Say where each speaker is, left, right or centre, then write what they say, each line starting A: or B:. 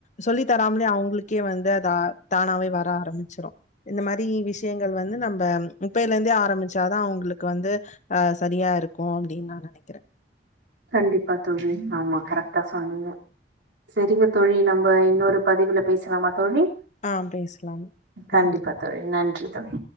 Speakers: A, on the left; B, on the right.
A: சொல்லி தராமலே அவ்ங்களுக்கே வந்து அது தானாவே வர ஆரம்பிச்சிரு இந்த மாரி விஷியங்கள் வந்து நம்ப இப்பையல இருந்தே ஆரம்பிச்சாதா அவ்ங்குளுக்கு வந்து ஆ சரியா இருக்கு அப்டின் நா நெனைக்கிறே
B: கண்டிப்பா தோழி ஆமா கரெக்ட்டா சொன்னீங்க செரிங்க தோழி நம்ம இன்னொரு பதிவுல பேசலாமா தோழி
A: ஆ பேசலாம்
B: கண்டிப்பா
A: நன்றி
B: நன்றி தோழி